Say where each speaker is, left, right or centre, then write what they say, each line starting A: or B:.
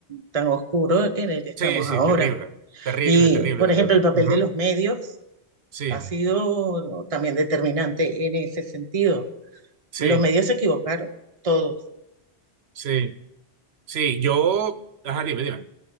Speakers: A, on the right; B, on the right.
A: tan oscuro en el que estamos
B: Sí, sí,
A: ahora.
B: terrible. Terrible,
A: Y,
B: terrible,
A: por
B: terrible.
A: ejemplo, el papel
B: Ujú.
A: de los medios
B: Sí,
A: ha sido también determinante en ese sentido.
B: sí.
A: Los medios se equivocaron, todos.
B: Sí, sí, yo, ajá, dime, dime.